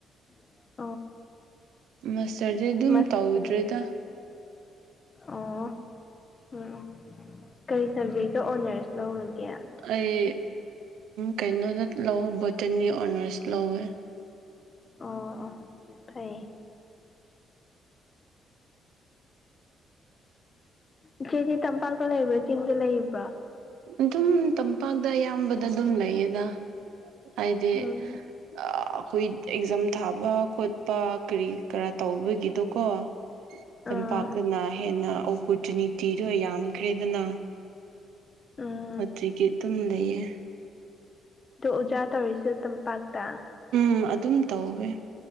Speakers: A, on the left; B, on the right.
A: ꯍꯜꯂꯣ
B: ꯃꯁꯇꯔꯗꯤ ꯑꯗꯨꯝ
A: ꯃꯥꯁꯇꯔ
B: ꯇꯧꯗ꯭ꯔꯦꯗ
A: ꯑꯣ ꯎꯝ ꯀꯔꯤ ꯁꯕꯖꯦꯛꯇ ꯑꯣꯅꯔꯁ ꯂꯧꯔꯒꯦ ꯑꯣ
B: ꯑꯩ ꯀꯩꯅꯣꯗ ꯂꯧ ꯕꯣꯇꯟꯅꯤ ꯑꯣꯅꯔꯁ ꯂꯧꯋꯦ
A: ꯑꯣ ꯑꯣ ꯐꯩꯌꯦ ꯏꯆꯦꯆꯦ ꯇꯝꯄꯥꯛꯇ ꯂꯩꯕ꯭ꯔꯥ ꯆꯤꯡꯗ ꯂꯩꯕ꯭ꯔꯥ
B: ꯑꯗꯨꯝ ꯇꯝꯄꯥꯛꯇ ꯑꯌꯥꯝꯕꯗ ꯑꯗꯨꯝ ꯂꯩꯌꯦꯗ ꯑꯩꯗꯤ
A: ꯎꯝ
B: ꯑꯩꯈꯣꯏ ꯑꯦꯛꯖꯥꯝ ꯊꯥꯕ ꯈꯣꯠ ꯄꯥ ꯀꯔꯤ ꯀꯔꯥ ꯇꯧꯕꯒꯤꯗꯣꯀꯣ
A: ꯑꯥ
B: ꯇꯝꯄꯥꯛꯇꯅ ꯍꯦꯟꯅ ꯑꯣꯄꯨꯔꯆꯨꯅꯤꯇꯤꯗꯣ ꯌꯥꯝꯈ꯭ꯔꯦꯗꯅ
A: ꯑꯝ
B: ꯍꯧꯖꯤꯛꯇꯤ ꯑꯗꯨꯝ ꯂꯩꯌꯦ
A: ꯑꯗꯣ ꯑꯣꯖꯥ ꯇꯧꯔꯤꯁꯨ ꯇꯝꯄꯥꯛꯇ
B: ꯎꯝ ꯑꯗꯨꯝ ꯇꯧꯋꯦ